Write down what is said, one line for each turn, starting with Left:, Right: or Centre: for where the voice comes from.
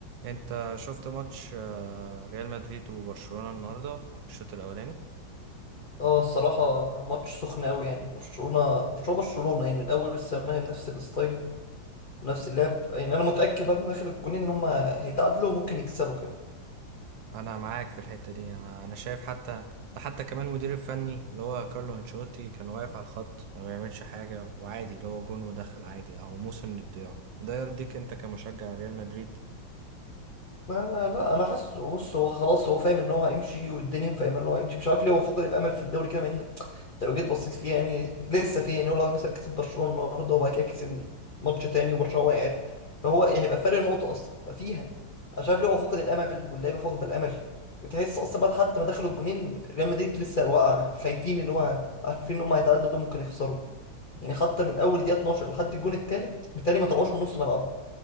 Right: انت شفت ماتش آه، ريال مدريد وبرشلونة النهاردة الشوط الاولاني
Left: اه الصراحة ماتش سخن أوي يعني برشلونة برشلونة برشلونة يعني من أول السنة هي بنفس الستايل نفس اللعب يعني أنا متأكد بعد ما دخل الجونين إن هما هيتعادلوا وممكن يكسبوا كمان
Right: انا معاك في الحتة دي انا انا شايف حتى ده حتى كمان مدير الفني اللي هو كارلو انشيلوتي كان واقف على الخط ما بيعملش حاجة وعادي اللي هو جون ودخل عادي اهو موسم للضياع ده يرضيك انت كمشجع ريال مدريد
Left: ما انا لا انا حاسس بص هو خلاص هو فاهم ان هو هيمشي والدنيا فاهمه ان هو هيمشي مش عارف ليه هو فقد الامل في الدوري كده مع ان انت لو جيت بصيت فيها يعني لسه فيه يعني هو لو مثلا كسب برشلونه النهارده وبعد كده كسب ماتش تاني وبرشلونه وقعت فهو يعني هيبقى فرق نقطه اصلا ففيها انا شايف ليه هو فقد الامل واللعيبه فاقده الامل وتحس اصلا بعد حتى ما دخلوا الجونين ريال مدريد لسه واقع خايفين ان هو عارفين ان هم هيتعادلوا ممكن يخسروا يعني حتى من اول دقيقه 12 لحد الجون الثالث بالتالي ما طلعوش من نص ملعبهم